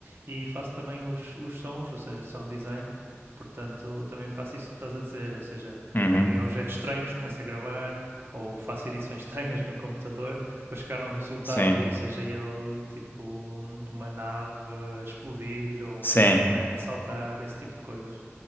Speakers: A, on the right; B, on the left.
A: E faço também os, os sons, ou seja, sound design. Portanto, também faço isso que estás a dizer, ou seja,
B: uhum,
A: pego em objetos estranhos, começo a gravar, ou faço edições <laughs> estranhas no computador para chegar a um resultado,
B: sim,
A: seja ele tipo uma nave a explodir ou
B: sim.
A: um boneco a saltar, esse tipo de coisas.